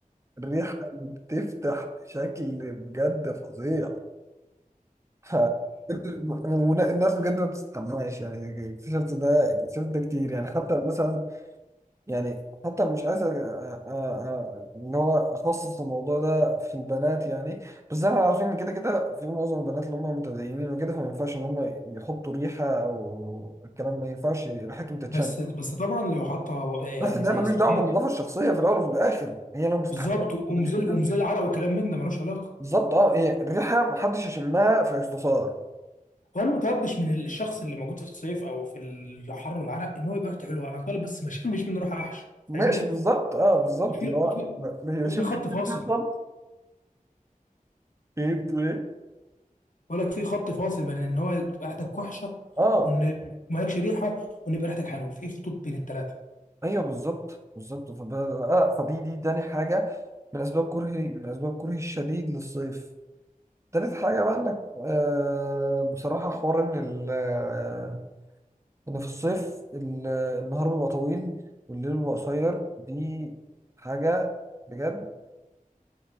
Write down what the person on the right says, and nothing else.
الريحه بتفتح بشكل بجد فظيع ف- <laughs> الناس بجد ما بتستحماش يعني اكتشفت ده اكتشفت ده كتير يعني حتى مثلا يعني حتى مش عايز أ- أ- أ- ان هو اخصص الموضوع ده في البنات يعني بس احنا عارفين ان كده كده في معظم البنات اللي هم متدينين وكده فما ينفعش ان هم يحطوا ريحه او الكلام ما ينفعش ريحتهم تتشم
بس ده
ملوش
دعوه
بالنظافه الشخصيه في الاول وفي الاخر هي لو مستحبه
بتنزل
بالظبط اه هي الريحه محدش يشمها فيستثار
ماشي
بالظبط اه بالظبط
اللي هو
ما ما
يشمش
ريحة خالص ايه بتقول ايه؟
اه
ايوه بالظبط بالظبط فب... آه فدي دي تاني حاجه من اسباب كرهي من اسباب كرهي الشديد للصيف تالت حاجه بقى انك آه بصراحه حوار ان ال... آه ان في الصيف ال... آه، النهار بيبقى طويل والليل بيبقى قصير دي حاجه بجد